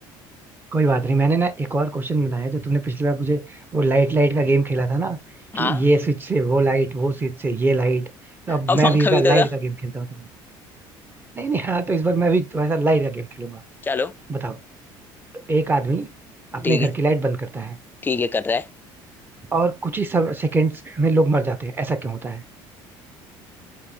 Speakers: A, on the right; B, on the left.
A: कोई बात नहीं मैंने ना एक और क्वेश्चन बनाया जो तुमने पिछली बार मुझे वो लाइट लाइट का गेम खेला था ना
B: हाँ
A: कि ये स्विच से वो लाइट वो स्विच से ये लाइट तो अब
B: और
A: मैं
B: पंखा
A: भी इस बार
B: भी तो
A: लाइट
B: था
A: का गेम खेलता हूँ तुमसे। नहीं नहीं हाँ तो इस बार मैं भी थोड़ा सा लाइट का गेम खेलूंगा
B: चलो
A: बताओ तो एक आदमी अपने
B: ठीक
A: घर
B: है
A: की लाइट बंद करता है
B: ठीक है कर रहा है
A: और कुछ ही सेकंड्स में लोग मर जाते हैं ऐसा क्यों होता है